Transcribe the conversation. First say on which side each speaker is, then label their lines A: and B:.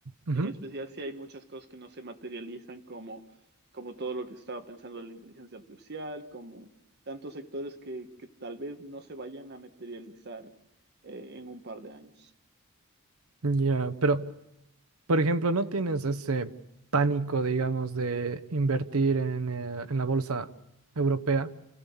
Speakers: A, on the right; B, on the right.
A: ujú,
B: en especial si hay muchas cosas que no se materializan como, como todo lo que estaba pensando la inteligencia artificial, como tantos sectores que, que tal vez no se vayan a materializar eh, en un par de años.
A: Ya, pero Por ejemplo, ¿no tienes ese pánico, digamos, de invertir en, eh, en la bolsa europea